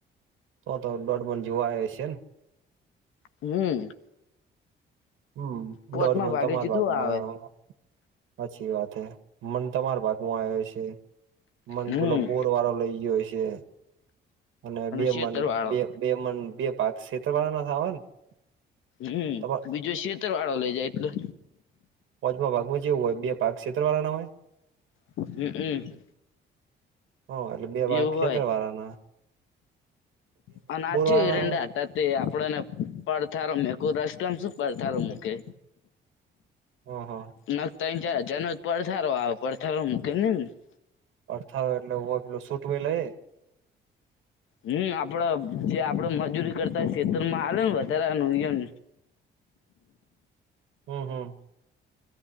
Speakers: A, on the right; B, on the left.
A: તો તો દોડબન જોવા આવે છે ને.
B: હમ.
A: હમ,
B: પોચમાં
A: દોઢ મન
B: ભાગે
A: તમાર
B: ચેટલું
A: વાગમાં.
B: આવે
A: સાચી વાત હે, મન તમારા ભાગમાં આવે છે, મન
B: હમ
A: પેલા બ વારો લઇ ગયો છે. અને બે
B: શેતર
A: મન
B: વાળો
A: બે બે મન બે પાક શેત્ર વાળા ના આવેય ને. <unintelligible>
B: હમ,
A: તમાર
B: બીજો છેતર વાળો લઇ જાય, એટલે.
A: વચમાં ભાગમાં જેવું હોય, બે ભાગ ક્ષેતર વાળાના હોય.
B: હમ.
A: હ, એટલે બે ભાગ
B: એવું
A: ખેતર
B: હોય
A: વાળાના.
B: હ નાચું
A: વાળા
B: એરંડા
A: ના આવે
B: <unintelligible> આપણને પડથારો મેકુ રસતામ શું પડથારો મૂકે.
A: હ હ
B: નખ તા જનો પડથારો આવે પડથારો મૂકીને ને. <unintelligible>
A: પડથળો એટલે, પેલો સૂટવે લઈએ.
B: હમ, આપડે જે આપડે મજૂરી કરતા, ખેતરમાં આલેને વધારેનું.
A: હમ, હમ.